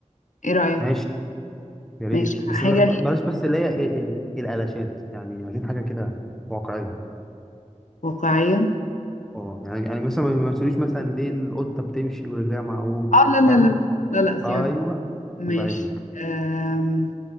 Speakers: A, on the left; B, in the centre.
A: ايه رأيك
B: ماشي يا ريت
A: ماشي حاجة
B: بس بر- بلاش بس اللي هي ال- ال- الالاشات يعني عايزين حاجه كده واقعيه
A: واقعية
B: اه يعني يعني مثلا ما تقوليش مثلا ليه القطه بتمشي ورجليها معوج
A: اه لا لا
B: فاهمه
A: لا لا لا لا سيبك
B: ايوه
A: ماشي
B: الله يعزك
A: أم...